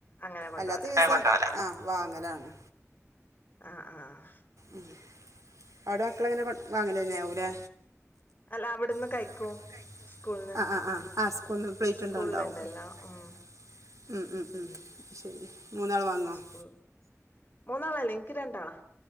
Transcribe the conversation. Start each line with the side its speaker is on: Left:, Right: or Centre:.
Left: അങ്ങനെ കൊണ്ടോവല
Right: അല്ലാത്ത ദിവസം ഏഹ്
Left: ആഹ്
Right: കൊണ്ടോവലാ ആഹ് വാങ്ങലാണ്
Left: ആഹ് ആഹ്
Right: ഉം അവ്ടെ മക്കള് എങ്ങനെ കൊ വാങ്ങലെന്നാവുലെ
Left: അല്ല അവിടുന്ന്
Right: അല്ല
Left: കഴിക്കും
Right: അവ്ട്ന്ന് കഴിക്കും
Left: സ്കൂൾന്ന്
Right: ആഹ് ആഹ് ആഹ് ആഹ് സ്കൂള്ന്ന് പ്ലേറ്റ്
Left: സ്കൂളില്ണ്ടല്ലോ
Right: കൊണ്ടോവ്ണ്ടാവും <unintelligible>
Left: ഉം
Right: ഉം ഉം ഉം ശരി മൂന്നാൾ വാങ്ങുമോ
Left: സ്കൂൾ മൂന്നാളല്ല ഇനിക്ക് രണ്ടാളാ.